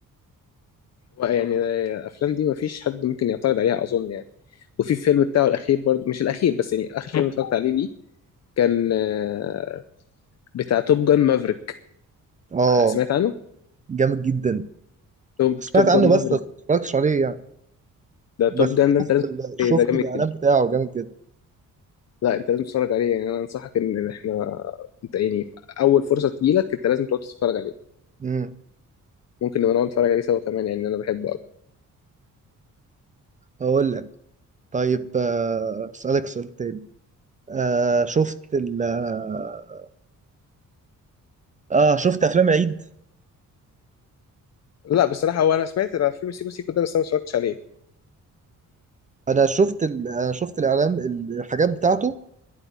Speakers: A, on the left; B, on the right.
A: هو يعني الافلام دي مفيش حد ممكن يعترض عليها اظن يعني وفي الفيلم بتاعه الاخير برضو مش الاخير بس يعني اخر فيلم اتفرجت عليه ليه كان آه، بتاع توب جان مافريك
B: اه
A: سمعت عنه
B: جامد جدا
A: توب
B: سمعت
A: توب
B: عنه
A: جان
B: بس
A: مافريك
B: بس ما اتفرجتش عليه يعني
A: ده
B: بس
A: توب جان ده
B: شفت
A: انت لازم
B: ال...
A: تتفرج
B: شفت
A: عليه، ده جامد
B: الاعلان
A: جدا
B: بتاعه جامد جدا
A: لا انت لازم تتفرج عليه يعني انا انصحك ان احنا انت يعني اول فرصه تجيلك انت لازم تقعد تتفرج عليه
B: امم
A: ممكن نبقى نقعد نتفرج عليه سوا كمان يعني انا بحبه قوي
B: هقول لك طيب آه، اسالك سؤال تاني آه... شفت ال... اه آه، شفت افلام عيد
A: لا بصراحه هو انا سمعت عن فيلم سيكو سيكو ده بس انا ما اتفرجتش عليه
B: انا شفت ال... انا شفت الاعلان الحاجات بتاعته